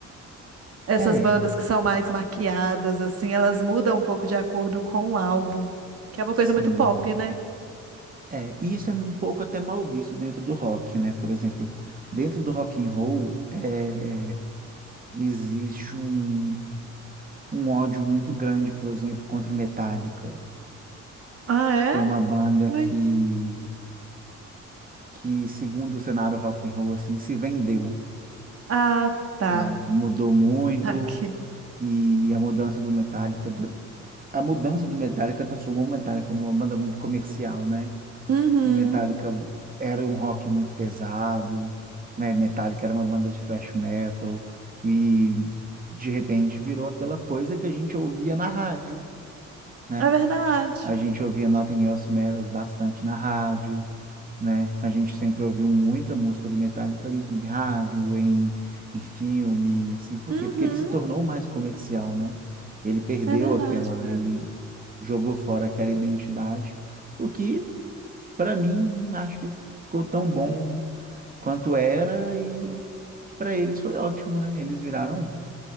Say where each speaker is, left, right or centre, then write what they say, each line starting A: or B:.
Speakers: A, on the right (about 50°); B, on the right (about 30°).
A: Essas
B: É,
A: bandas que são mais maquiadas, assim, elas mudam um pouco de acordo com o álbum, que é uma
B: sim.
A: coisa muito pop, né?
B: É, e isso é um pouco até mal visto dentro do rock, né? Por exemplo, dentro do rock and roll, é, existe um, um ódio muito grande, por exemplo, contra o Metallica,
A: Ah, é?
B: que foi uma banda
A: Ui.
B: que, que segundo o cenário rock and roll, assim, se vendeu,
A: Ah, tá.
B: né? Mudou muito
A: <laughs> Aqui.
B: e a mudança do Metallica, a mudança do Metallica transformou o Metallica numa banda muito comercial, né?
A: Uhum.
B: O Metallica era um rock muito pesado, né? Metallica era uma banda de thrash metal e de repente virou aquela coisa que a gente ouvia na rádio, né?
A: É verdade.
B: A gente ouvia Nothing Else Matters bastante na rádio, né? A gente sempre ouviu muita música do Metallica em em rádio, em, em filme, assim. Por
A: Uhum.
B: quê? Porque ele se tornou mais comercial, né? Ele perdeu
A: É verdade,
B: aquela,
A: cara.
B: ele jogou fora aquela identidade. O que para mim, acho que ficou tão bom quanto era e para eles foi ótimo, né? Eles viraram